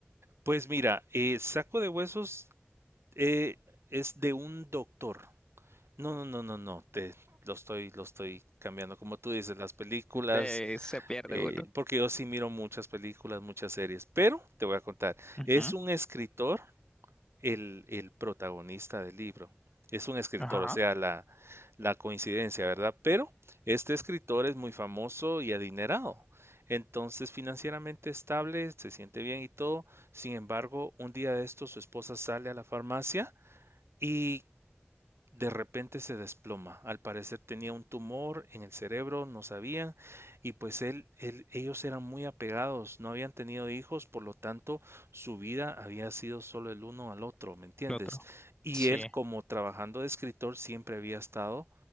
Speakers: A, on the right; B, on the left.
A: Pues mira, eh, Saco de Huesos eh, es de un doctor No, no, no, no, no, te lo estoy, lo estoy cambiando. Como tú dices, las películas,
B: De, se pierde
A: eh,
B: uno.
A: porque yo sí miro muchas películas, muchas series, pero te voy a contar,
B: Ujú.
A: es un escritor el, el protagonista del libro. Es un escritor,
B: Ajá,
A: o sea, la, la coincidencia, ¿verdad? Pero este escritor es muy famoso y adinerado. Entonces, financieramente estable, se siente bien y todo. Sin embargo, un día de esto su esposa sale a la farmacia y de repente se desploma. Al parecer tenía un tumor en el cerebro, no sabían, y pues él, él- ellos eran muy apegados, no habían tenido hijos, por lo tanto su vida había sido solo el uno al otro, ¿me entiendes?
B: el otro.
A: Y
B: Sí.
A: él, como trabajando de escritor, siempre había estado